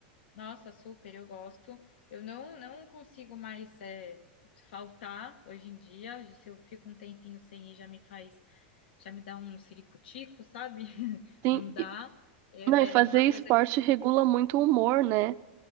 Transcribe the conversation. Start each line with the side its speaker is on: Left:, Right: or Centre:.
Left: Nossa, super, eu gosto. Eu não, não consigo mais é, faltar hoje em dia. Se eu fico um tempinho sem ir, já me faz, já me dá um siricutico, sabe? <laughs>
Right: Sim.
Left: Não dá. É,
Right: Não, e fazer
Left: é uma
Right: esporte
Left: coisa que
Right: regula muito o humor, né?